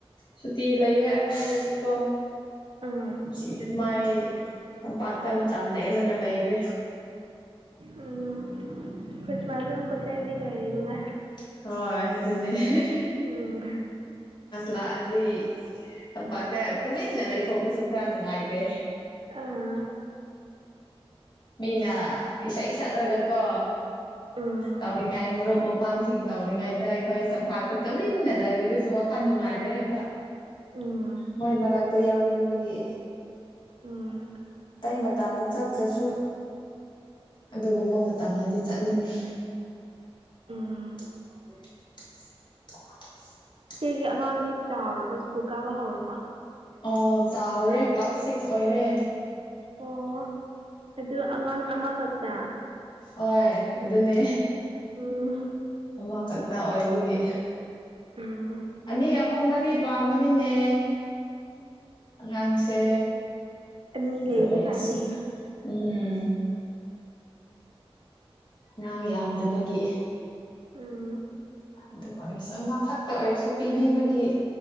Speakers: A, on the left; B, on the right.
A: ꯁꯨꯇꯤ ꯂꯩꯌꯦ ꯍꯥꯏꯔꯁꯨꯀꯣ
B: ꯎꯝ
A: ꯀꯨꯝꯁꯤꯗꯤ ꯁꯨꯃꯥꯏ ꯇꯝꯄꯥꯛꯇ ꯃꯇꯝ ꯂꯦꯂꯒ ꯂꯩꯔꯦ
B: ꯎꯝ ꯈ꯭ꯔꯤꯁꯃꯥꯁ ꯑꯃꯨꯛꯀꯥ ꯆꯠꯂꯥꯗꯤ ꯂꯣꯏꯔꯦꯗꯅ
A: ꯍꯣꯏ ꯍꯥꯏꯦꯗꯨꯅꯤ ꯍꯦꯍꯦ
B: ꯎꯝ
A: ꯂꯥꯛꯑꯗꯤ ꯇꯝꯄꯥꯛꯇ ꯇꯨꯃꯤꯟꯅ ꯂꯩꯊꯣꯛꯄꯁꯨ ꯈꯔ ꯅꯨꯡꯉꯥꯏꯇꯦ
B: ꯑꯥ
A: ꯃꯤꯅ ꯏꯁꯩ ꯁꯛꯔꯒꯀꯣ
B: ꯎꯝ
A: ꯇꯧꯔꯤꯒꯥꯏ ꯃꯔꯨꯞ <unintelligible> ꯄꯥꯥꯡꯁꯤꯡ ꯇꯧꯔꯤꯉꯩꯗ ꯑꯩꯈꯣꯏ ꯇꯝꯄꯥꯛꯇ ꯇꯨꯃꯤꯟꯅ ꯂꯩꯕꯗꯨꯁꯨ ꯋꯥꯈꯜ ꯅꯨꯡꯉꯥꯏꯇꯦꯕ
B: ꯎꯝ
A: ꯃꯣꯏ ꯃꯔꯛꯇ ꯌꯥꯎꯅꯤꯡꯕꯒꯤ
B: ꯎꯝ
A: ꯑꯇꯩ ꯃꯇꯝꯗ ꯆꯠꯇ꯭ꯔꯁꯨ ꯑꯗꯨꯒꯨꯝꯕ ꯃꯇꯝꯗꯗꯤ ꯆꯠꯅꯤꯡꯉꯦ
B: ꯎꯝ
A: <inaudible>
B: ꯏꯆꯦꯒꯤ ꯑꯉꯥꯡꯗꯤ ꯆꯥꯎꯔꯕ ꯁ꯭ꯀꯨꯜ ꯀꯥꯕ ꯍꯧꯔꯕꯣ
A: ꯑꯣ ꯆꯥꯎꯔꯦ ꯀ꯭ꯂꯥꯁ ꯁꯤꯛꯁ ꯑꯣꯏꯔꯦ
B: ꯑꯣ ꯑꯗꯨ ꯑꯉꯥꯡ ꯑꯃꯈꯛꯇꯔꯥ
A: ꯍꯣꯏ ꯑꯗꯨꯅꯦ
B: ꯎꯝ
A: ꯑꯃꯈꯛꯇ ꯑꯣꯏꯕꯒꯤ꯫
B: ꯑꯣ
A: ꯑꯅꯤ ꯑꯍꯨꯝ ꯃꯔꯤ ꯄꯥꯝꯕꯅꯤꯅꯦ ꯂꯥꯡꯁꯦ
B: ꯑꯅꯤ
A: ꯑꯗꯨꯑꯣꯏꯔꯁꯨ꯫
B: ꯂꯩꯔꯗꯤ ꯐꯅꯤ
A: ꯎꯝ ꯑꯉꯥꯡ ꯌꯥꯝꯗꯕꯒꯤ꯫
B: ꯑꯣ
A: ꯑꯗꯨꯑꯣꯏꯔꯁꯨ ꯑꯃ ꯈꯛꯇ ꯑꯣꯏꯔꯁꯨ꯫ ꯄꯤꯕꯤꯕꯒꯤ